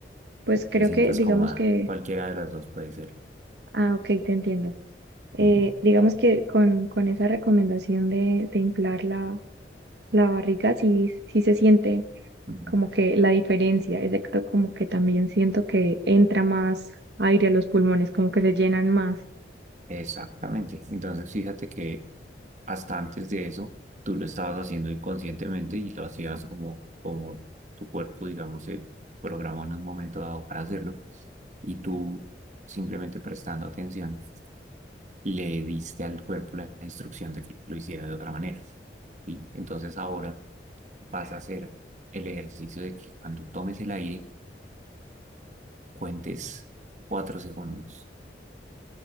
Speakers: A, on the right; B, on the right.
A: pues creo
B: Te sientas
A: que digamos
B: cómoda,
A: que,
B: cualquiera de las dos puede ser.
A: ah, ok, te entiendo. Eh,
B: Ujú,
A: digamos que con, con esa recomendación de, de inflar la, la barriga sí, sí se siente
B: ujú.
A: como que la diferencia, es de excepto como que también siento que entra más aire a los pulmones, como que se llenan más.
B: Exactamente. Entonces, fíjate que hasta antes de eso, tú lo estabas haciendo inconscientemente y lo hacías como, como tu cuerpo, digamos, se programó en un momento dado para hacerlo y tú simplemente prestando atención le diste al cuerpo la instrucción de que lo hiciera de otra manera. ¿sí? Entonces ahora vas a hacer el ejercicio de que cuando tomes el aire, cuentes cuatro segundos.